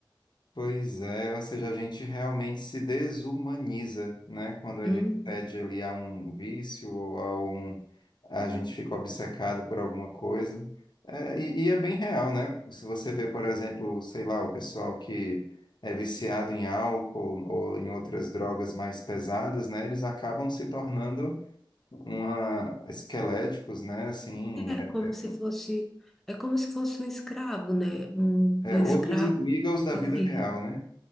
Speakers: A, on the left; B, in the centre.
A: Pois é, ou seja, a gente realmente se desumaniza, né, quando a
B: assim.
A: gente cede ali a um vício ou a um a gente fica obcecado por alguma coisa. É, e, e é bem real, né? Se você vê, por exemplo, sei lá, o pessoal que é viciado em álcool ou em outras drogas mais pesadas, né? Eles acabam se tornando uma, esqueléticos, né? Assim,
B: É
A: é,
B: como se fosse, é como se fosse um escravo, né? Um,
A: é,
B: um
A: é
B: escravo.
A: outros amigos da
B: eu
A: vida
B: vi.
A: real, né?